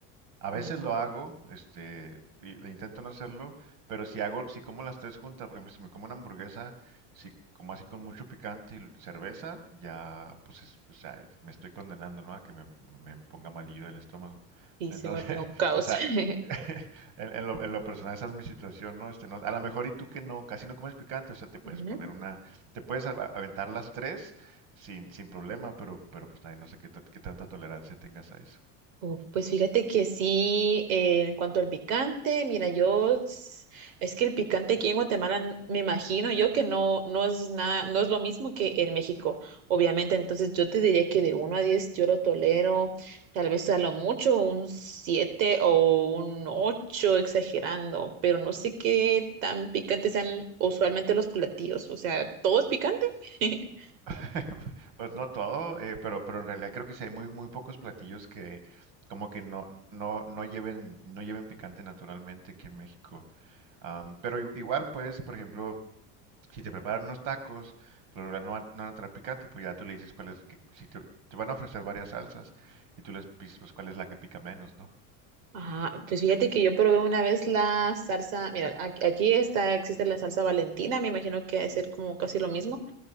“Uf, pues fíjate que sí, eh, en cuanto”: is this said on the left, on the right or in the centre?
Right